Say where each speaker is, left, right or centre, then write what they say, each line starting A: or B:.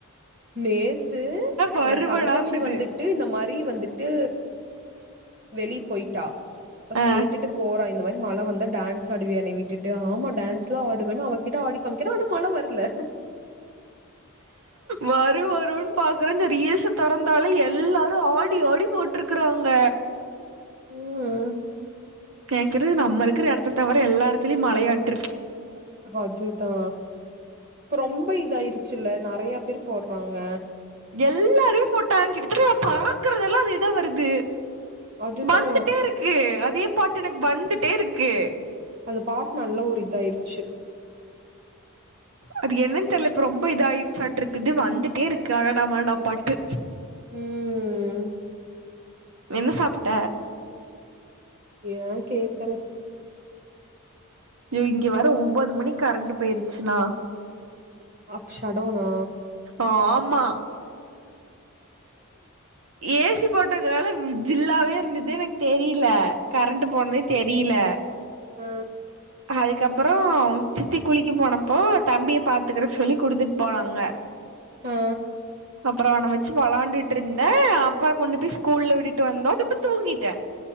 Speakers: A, on the right; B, on the right.
A: நேத்து
B: வருவனாங்குது
A: எ தங்கச்சி வந்துட்டு இந்த மாரி வந்துட் டு வெளி போய்ட்டா அப்ப
B: ஆ
A: கேட்டுட்டு போறா இந்த மாரி மழ வந்தா டான்ஸ் ஆடுவியா என்ன விட்டுட்டு ஆமா டான்ஸ் லா ஆடுவேன்னு அவகிட்ட ஆடி காமிக்கிறே ஆனா மழ வர்ல
B: வரு வருன் பாக்குறே இந்த ரீல்ஸ் தொறந்தாலே எல்லாரு ஆடி ஆடி போட் ருக்குறாங்க
A: ம்
B: கேக்குறது நம்ம இருக்கிற எடத்த தவிர எல்லா எடத்துலயு மழையாட்ருக்கு
A: அதுதா இப்ப ரொம்ப இதாயிருச்சுல்ல நெறையா பேர் போற்ராங்க
B: எல்லாருமே போட்டாங் கிட்டத்தட்ட நா பாக்குறதெல்லா அதேதா வருது
A: அதுதா
B: வந்துட்டே இருக்கு அதே பாட்டு எனக் வந்துட்டே இருக்கு
A: அந்த பாட் நல்ல ஒரு இதாயிருச்சு
B: அது என்னன் தெர்ல இப்ப ரொம்ப இதாயிருச்சாட்டு இருக்குது வந்துட்டே இருக்கு அடடா மழடா பாட்டு
A: ம்
B: என்ன சாப்ட்ட
A: ஏ கேக்குற
B: யோ இங்க வேற
A: ஓ
B: ஒன்பது மணிக் கரண்ட் போயிருச்சுனா
A: அப் சடோனா
B: ஆ ஆமா ஏ சி போட்டதுனால வ் ஜில்லாவே இருந்தது எனக்கு தெரியல கரண்ட் போனதே தெரியல
A: அ
B: அதுக்கப்புறோ சித்தி குளிக்க போனப்போ தம்பிய பாத்துக்குற சொல்லி குடுத்துட் போனாங்க
A: ஆ
B: அப்புறோ அவன வச் சி விளாண்டுட்டு இருந்தே அப்பா கொண்டு போய் ஸ்கூல்ல விட்டுட்டு வந்தோ திரும்ப தூங்கிட்டே